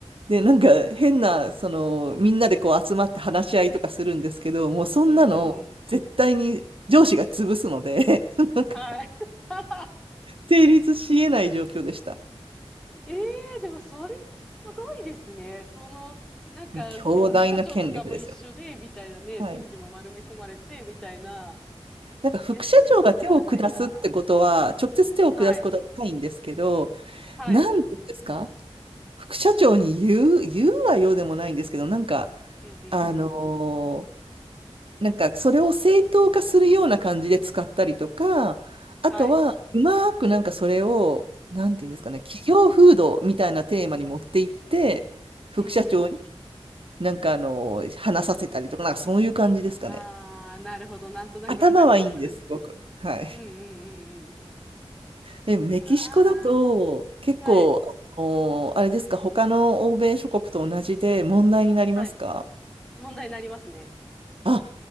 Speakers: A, on the right; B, in the centre.
A: で、なんか変な、その、みんなでこう集まって話し合いとかするんですけど、もうそんなの絶対に上司が潰すので、
B: うんうんうん。
A: <laughs>
B: はい。<laughs>
A: 成立し得ない状況でした。
B: ええでもそれすごいですね。その、なんかね、
A: まあ、強大な権力ですよ。
B: 副社長とかも一緒で、みたいなね、
A: はい。
B: 人事も丸め込まれて、みたいな。
A: なんか副社長が手を下すってことは、
B: いや、そこまではないな。
A: 直接手を下すことはないんですけど、
B: はい。はい。
A: なんて言うんですか副社長に言う、言うはようでもないんですけど、なんか、
B: うんうんうん。
A: あのーなんかそれを正当化するような感じで使ったりとか、あとは、
B: はい。
A: うまくなんかそれを、なんていうんですかね、
B: うんうん。
A: 企業風土みたいなテーマに持っていって、副社長に
B: うんうん
A: なんかあの、話させたりとか、なんかそういう感じですかね。
B: うん。ああ、なるほど。なんとなくわかります。
A: 頭はいいんです、すごく。はい。
B: うんうんうんうん。
A: え、メキシコだと、
B: あ
A: 結構、
B: あ、はい。
A: お、あれですか、他の欧米諸国と同じで問題になりますか
B: はい。問題になりますね。
A: あ、